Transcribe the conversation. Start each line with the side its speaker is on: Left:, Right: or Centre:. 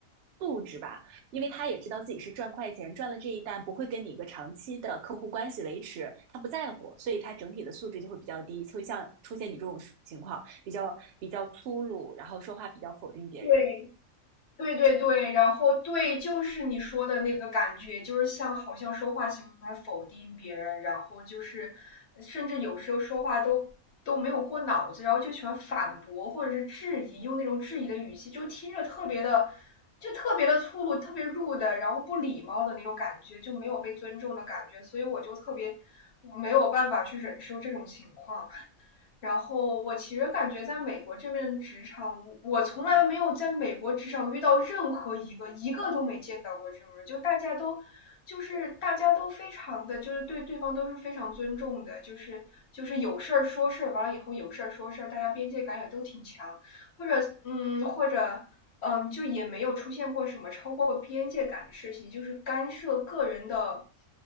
Right: 素质吧。因为他也知道自己是赚快钱，赚了这一单不会跟你一个长期的客户关系维持，他不在乎，所以他整体的素质就会比较低，会像出现你这种情况，比较比较粗鲁，然后说话比较否定别人。
Left: 对，对对对，然后对，就是你说的那个感觉，就是像好像说话喜欢否定别人，然后就是甚至有时候说话都都没有过脑子，然后就喜欢反驳或者是质疑，用那种质疑的语气，就听着特别的，就特别的粗鲁，特别 rude 的，然后不礼貌的那种感觉，就没有被尊重的感觉，所以我就特别没有办法去忍受这种情况。然后我其实感觉在美国这边的职场，我从来没有在美国职场遇到任何一个，一个都没见到过这种人，就大家都。就是大家都非常的，就是对对方都是非常尊重的，就是就是有事儿说事儿，完了以后有事儿说事儿，大家边界感也都挺强。或者嗯，或者嗯，就也没有出现过什么超过边界感的事情，就是干涉个人的，